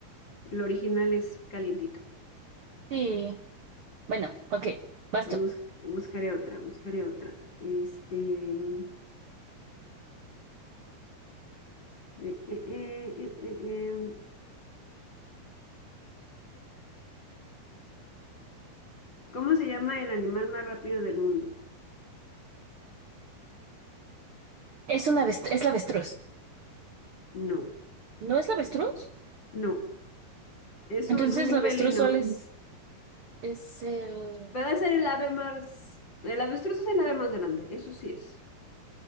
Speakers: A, on the left; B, on the right.
A: el original es calientito.
B: Sí, bueno, ok, basta.
A: Bus- buscaré otra, buscaré otra. Este, mm, eh, eh, eh, eh, eh, eh, ¿Cómo se llama el animal más rápido del mundo?
B: Es una avest- es la avestruz.
A: No,
B: ¿No es la avestruz?
A: no, es
B: Entonces
A: un
B: la avestruz
A: felino.
B: solo es, es el...
A: Va a ser el ave más, el avestruz es el ave más grande, eso sí es.